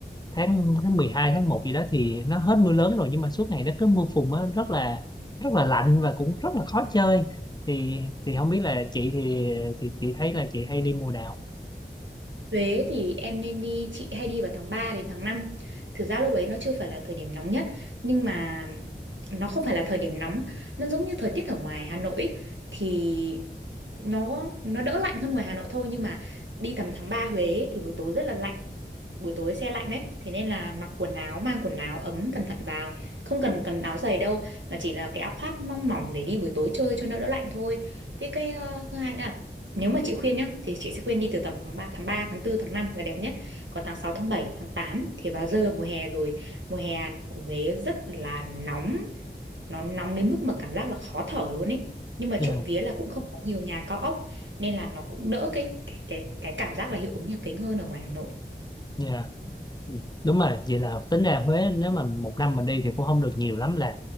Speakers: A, on the left (about 20°); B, on the right (about 85°).
A: tháng tháng 12 tháng một gì đó thì nó hết mưa lớn rồi nhưng mà suốt ngày nó cứ mưa phùn á rất là rất là lạnh và cũng rất là khó chơi thì thì không biết là chị thì thì chị thấy là chị hay đi mùa nào
B: Huế thì em nên đi chị hay đi vào tháng ba đến tháng năm Thực ra lúc đấy nó chưa phải là thời điểm nóng nhất nhưng mà nó không phải là thời điểm nóng, nó giống như thời tiết ở ngoài Hà Nội ý, thì nó nó đỡ lạnh hơn ngoài Hà Nội thôi nhưng mà đi tầm tháng 3 Huế thì buổi tối rất là lạnh buổi tối xe lạnh đấy thế nên là mặc quần áo mang quần áo ấm cẩn thận vào không cần cần áo dày đâu mà chỉ là cái áo khoác mong mỏng để đi buổi tối chơi cho nó đỡ lạnh thôi với cái ờ, thứ hai nữa là nếu mà chị khuyên nhá thì chị sẽ khuyên đi từ tầm khoảng ba tháng 3, tháng tư, tháng 5 là đẹp nhất còn tháng 6, tháng 7, tháng 8 thì vào giờ mùa hè rồi mùa hè ở Huế rất là nóng nó nóng đến mức mà cảm giác là khó thở luôn ấy nhưng mà
A: Dạ.
B: trộm vía là cũng không có nhiều nhà cao ốc nên là nó cũng đỡ cái cái cái cái cảm giác là hiệu ứng nhà kính hơn ở ngoài Hà Nội
A: Dạ. Ừ, đúng rồi vậy là tính ra Huế nếu mà một năm mình đi thì cũng không được nhiều lắm là